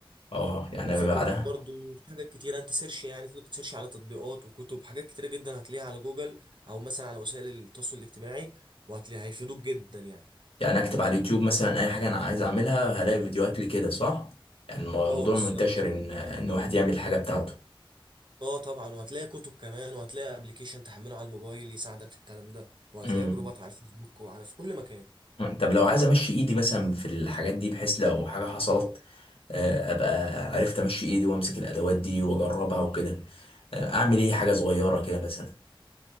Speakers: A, on the left; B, on the right.
A: اه يعني
B: وفي
A: ابقى بعدها
B: كتب برضو في حاجات كتيره انت سيرش يعني تقدر تسيرش على تطبيقات وكتب حاجات كتيره جدا هتلاقيها على جوجل او مثلا على وسائل التواصل الاجتماعي وهتلاقيها هيفيدوك جدا يعني
A: يعني اكتب على اليوتيوب مثلا اي حاجه انا عايز اعملها هلاقي فيديوهات لكده صح يعني الموضوع
B: اه بالظبط
A: منتشر ان ان واحد يعمل الحاجه بتاعته
B: اه طبعا وهتلاقي كتب كمان وهتلاقي ابلكيشن تحمله على الموبايل يساعدك في الكلام ده وهتلاقي
A: امم
B: جروبات على الفيسبوك وعلى في كل مكان
A: طب لو عايز امشي ايدي مثلا في الحاجات دي بحيث لو حاجه حصلت آه، ابقى عرفت امشي ايدي وامسك الادوات دي واجربها وكده آه، اعمل ايه حاجه صغيره كده مثلا